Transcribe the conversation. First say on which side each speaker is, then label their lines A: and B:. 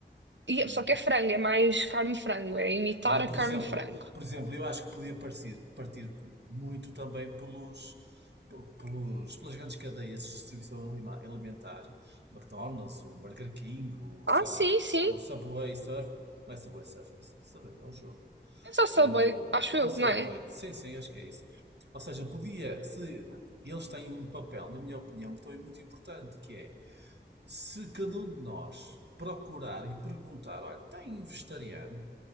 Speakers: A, on the right (about 80°); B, on the right (about 70°).
A: E,
B: Hum.
A: é- só que é frango, é mais carne de frango, é imitar
B: Olha,
A: a
B: por exemplo,
A: carne de frango.
B: por exemplo, eu acho que podia partir, partir muito também pelos, pelos, pelas grandes cadeias de distribuição alima- alimentar, McDonald's, o Burger King, o,
A: Ah,
B: sei
A: sim,
B: lá,
A: sim,
B: o Subway Surf, não é Subway Surfers, Subway, é um jogo,
A: é só Subway,
B: é o,
A: acho
B: é
A: eu,
B: o Subway,
A: não é?
B: sim, sim, acho que é isso. Ou seja, podia, se eles têm um papel, na minha opinião, que também é muito importante, que é, se cada um de nós procurar e perguntar, olha, tem vegetariano?